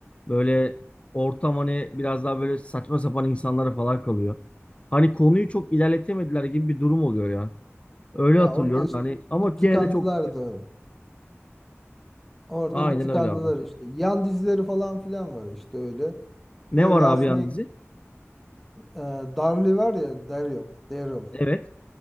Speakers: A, on the left (about 25°); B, in the centre.
A: Böyle ortam hani biraz daha böyle saçma sapan insanlara falan kalıyor. Hani konuyu çok ilerletemediler gibi bir durum oluyor ya. Öyle
B: Ya
A: hatırlıyorum
B: orada işte
A: hani ama
B: bir tıkandılar
A: gene de çok güzel.
B: da. Orada
A: Aynen
B: bir tıkandılar
A: öyle abi.
B: işte. Yan dizileri falan filan var işte öyle.
A: Ne
B: Öyle
A: var abi
B: akmaya
A: yan dizi?
B: e, Darly var ya Daryl. Daryl.
A: Evet.